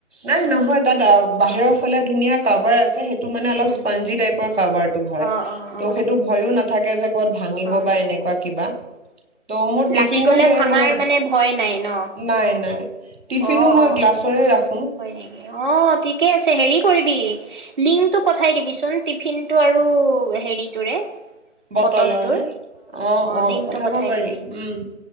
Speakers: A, on the right (about 60°); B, on the right (about 40°).
A: নাই নহয় তাত বাহিৰৰ ফালে ধুনীয়া কাপ আছে সেইটো টো মানে
B: উম
A: অলপ ইচ্পনজী টাইপৰ কভাৰটো হয়
B: অ অ
A: ত'
B: অ
A: সেইটো ভয়ো নাথাকে যে ভাঙিব
B: অ
A: বা এনেুৱা অ কিবা, তো মোৰ টিফিনো,
B: লাগি গলে
A: সেই
B: ভাঙাৰ
A: মই
B: মানে ভয় নাই ন
A: নাই নাই টিফিনো
B: অ
A: মই
B: অ
A: গ্লাছৰে ৰাখোঁ।
B: হয় নেকি অ' ঠিকে আছে। হেৰি কৰিবি লিংকটো পঠাই দিবিচোন টিফিনটো আৰু হেৰিটোৰে।
A: বটলৰ
B: বটলটোৰ
A: নে? অ', অ',
B: লিংকটো
A: পঠাব
B: পঠাই
A: পাৰি
B: দিবি
A: উম,